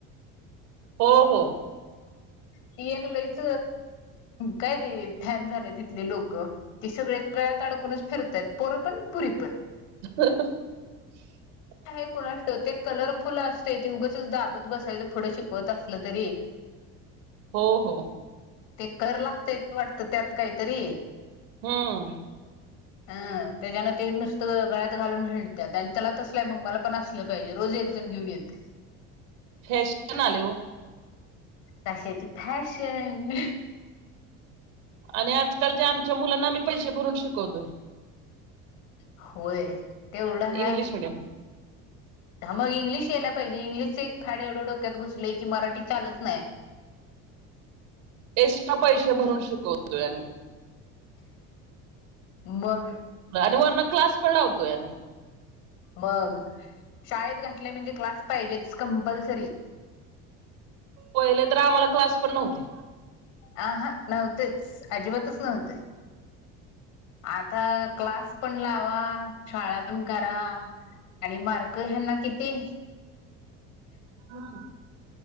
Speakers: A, on the right (about 80°); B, on the left (about 75°).
A: हो हो
B: ती एक लईच काय ते फॅन झाले तिथले लोक तेी सगळे गळ्यात अडकूनच फिरताय पोरं पण पुरी पण
A: हं हं ह्हं
B: आहे कोणास्टोक ते कलर फुलं असते ते उगंच दाबत बसायचं पुुढं शिकवत असलं तरी
A: हो हो
B: ते कर लागतय ते वाटत त्यात काहीतरी
A: हमं
B: अं त्याच्यान ते नुसतं गळ्यात घालून हिंडतात त्याला तसल मग मला पण असलं पाहिजे रोज एकजण घेऊन येते
A: फॅशन आले ओ
B: कश्याची फॅशन
A: आणि आजकाल जे आमचे मुलांना मी पैसे भरून शिकवतोय
B: होय तेवढं हाय
A: इंग्लिश मीडियम
B: मग इंग्लिश यायला पाहिजे इंग्लिशच एक फाड एवढं डोक्यात घुसले की मराठी चालत नाही
A: एक्स्ट्रा पैसे भरून शिकवतो्या
B: मग
A: आणि वरण क्लास पण लावतो याने
B: बघ शाळेत घातले म्हणजे क्लास पाहिजे कंपल्सरी
A: पहिले तर आम्हाला क्लास पण नव्हते
B: अ हा नव्हतेच अजिबातच नव्हते आता क्लास पण लावा शाळा पण करा आणि मार्क ह्यांना किती
A: हा